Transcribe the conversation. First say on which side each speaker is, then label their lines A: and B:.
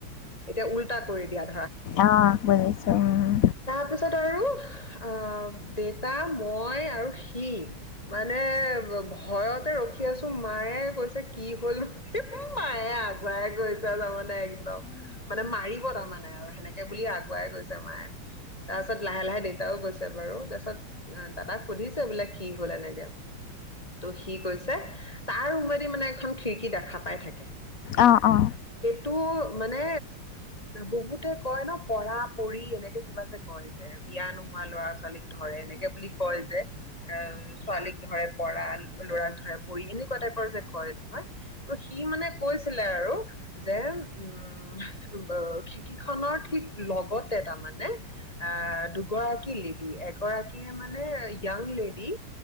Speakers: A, on the left; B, on the left.
A: এতিয়া উল্টা কৰি দিয়াত
B: অ' বুজিছোঁ, উম।
A: তাৰপিছত আৰু, আহ দেতা, মই আৰু সি মানে, ভয়তে ৰখি আছো মায়ে কৈছে কি হ'ল বুলি মায়ে আগুৱাই গৈছে, তাৰমানে একদম। মানে মাৰিব তাৰমানে মানে আৰু সেনেকে বুলি আগুৱাই গৈছে মায়ে। তাৰপাছত লাহে-লাহে দেউতাও গৈছে বাৰু। তাৰপিছত দাদাক সুধিছে বোলে কি গ'ল এনেকে। ত' সি কৈছে তাৰ ৰুমেদি মানে এখন খিৰিকী দেখা পাই থাকে।
B: অ' অ'।
A: টো মানে, বহুতে কয় ন পৰা-পৰি এনেকে কিবা যে কয় যে, বিয়া নোহোৱা ল'ৰা-ছোৱালীক ধৰে এনেকে বুলি কয় যে। অ ছোৱালীক ধৰে পৰা, ল'ৰাক ধৰে পৰী এনেকুৱা টাইপৰ যে কয় নহয়! ত' সি মানে কৈছিলে আৰু যে, উম খিৰিকীখনৰ ঠিক লগতে তাৰমানে, আহ দুগৰাকী লেডী এগৰাকীয়ে মানে ইয়ং লেডী